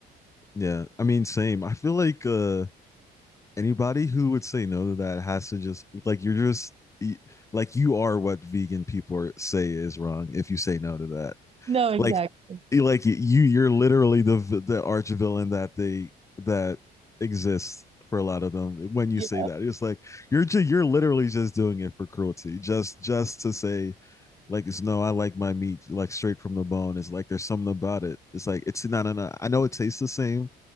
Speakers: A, on the left (about 15°); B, on the right (about 35°).
A: yeah. I mean, same. I feel like uh anybody who would say no to that has to just like you're just y- like you are what vegan people are, say is wrong if you say no to that.
B: No, exactly.
A: Like y- like y- you you're literally the v- the arch villain that they that exists for a lot of them when you
B: Yeah.
A: say that. It's like you're ju- you're literally just doing it for cruelty. Just just to say like it's no, I like my meat like straight from the bone. It's like there's something about it. It's like it's no, no, no. I know it tastes the same,